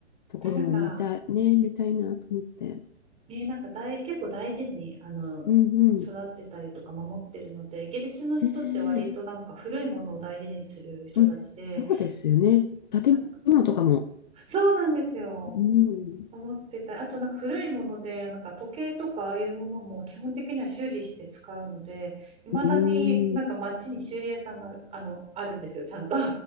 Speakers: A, on the left; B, on the right.
A: ところの見たい、
B: なんか
A: ね、見たいなと思って。
B: えーなんか大、結構大事に、あの、
A: うんうん。
B: 育ってたりとか守ってるので、イギリスの人って割となんか古いものを大事にする人たちで、
A: ねえ、うん、そうですよね。建物とかも
B: なんかそうなんですよ。
A: うん。
B: 守ってた。あとなんか古いもので、なんか時計とかああいうものも基本的には修理して使うので、いまだになんか街に修理屋さんが、
A: うん。
B: あの、あるんですよ、ちゃんと。